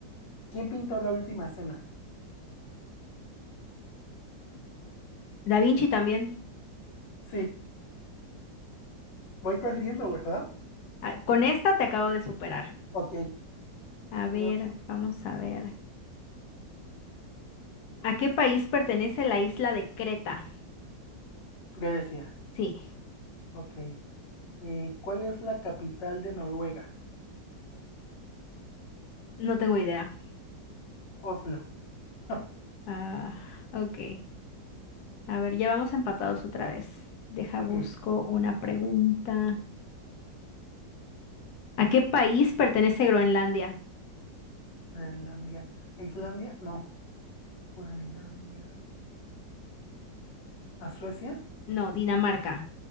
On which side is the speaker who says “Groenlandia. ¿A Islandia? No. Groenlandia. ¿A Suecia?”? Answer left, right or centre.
Left